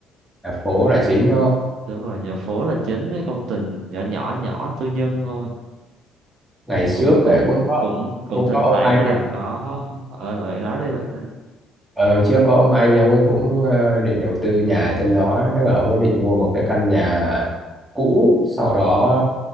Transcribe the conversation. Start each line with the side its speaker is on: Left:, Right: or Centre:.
Centre: ở phố là chính thôi
Right: đúng rồi nhà phố là chính mấy công trình nhỏ nhỏ nhỏ tư nhân thôi
Centre: ngày trước
Right: cũng cũng
Centre: ấy cũng có
Right: cũng cũng
Centre: cũng
Right: thỉnh
Centre: có ông
Right: thoảng
Centre: anh
Right: là có ờ, nói đây vậy đó.
Centre: ờ, trước có ông anh ông ấy cũng ờ, định đầu tư nhà ở trên đó tức là ông ấy định mua một cái căn nhà cũ sau đó